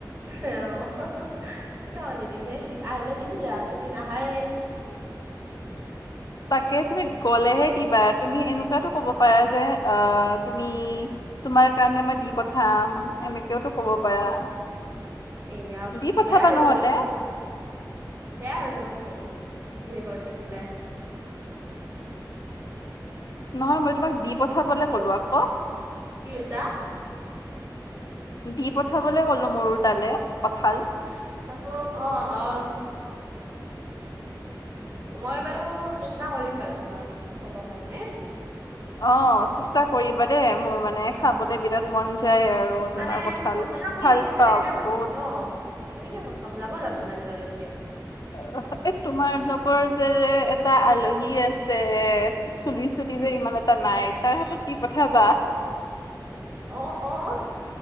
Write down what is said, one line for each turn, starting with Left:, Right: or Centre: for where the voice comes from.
Right: অ, কিয় নিদিম সেই আহিলে দিম দিয়া তুমি নাহায়ে।
Left: তাকে তুমি গ'লেহে দিবা তুমি এনেকুৱাতো ক'ব পাৰা যে, অ তুমি তোমাৰ কাৰণে মই দি পঠাম এনেকেওতো কব পাৰা।
Right: এয়াও
Left: দি পঠাবা
Right: বেয়া হৈ
Left: নহলে
Right: যাবচোন। বেয়া হৈ যাব চোন বেছিহে কৰি থাকিলে।
Left: নহয় মই তোমাক দি পঠাবলে ক'লো আকৌ।
Right: কি কৈছা?
Left: দি পঠাবলৈ কলো মোৰো তালে কঠাল।
Right: অ', অ', মই বাৰু চেষ্টা কৰিম বাৰু তোমাক দি পঠাব কাৰণে।
Left: অ, চেষ্টা কৰিবা দেই মোৰ মানে খাবলে বিৰাট মন যায় আৰু। তোমাৰ
Right: মানে
Left: কঁঠাল
Right: পঠাম কেনেকে
Left: ভাল
Right: মই
Left: পাওঁ
Right: তাকে ভাবিছো
Left: বহুত
Right: ন? এনেকে প্ৰথম যাব জানো ইমান দুৰলৈকে।
Left: অ, এই তোমাৰালোকৰ যে এটা আলহী আছে চুলিচ চুলি যে ইমান এটা নাই তাৰ হাতত পঠাবা।
Right: অ অ